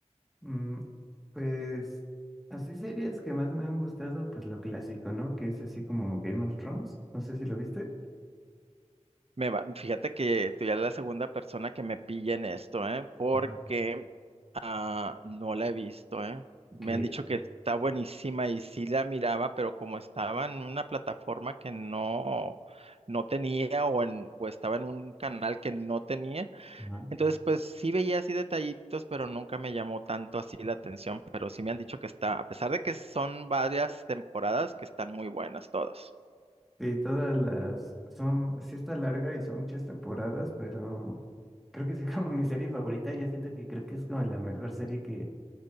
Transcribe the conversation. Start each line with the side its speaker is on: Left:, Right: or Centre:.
Centre: Mm, pues así series que más me han gustado, pues lo clásico, ¿no? Que es así como Game of Thrones, no sé si lo viste.
Right: Me va- fíjate que tú ya eres la segunda persona que me pilla en esto, ¿eh? Porque
Centre: Ajá.
Right: ah, no la he visto, ¿eh? Me
Centre: Que
Right: han dicho que está buenísima y sí la miraba, pero como estaba en una plataforma que no, no tenía o, en, o estaba en un canal que no tenía.
Centre: ajá.
Right: Entonces, pues sí veía así detallitos, pero nunca me llamó tanto así la atención, pero sí me han dicho que está, a pesar de que son varias temporadas, que están muy buenas todas.
Centre: Sí, todas las son, sí está larga y son muchas temporadas, pero creo que sí <laughs> como mi serie favorita, yo siento que creo que es como la mejor serie que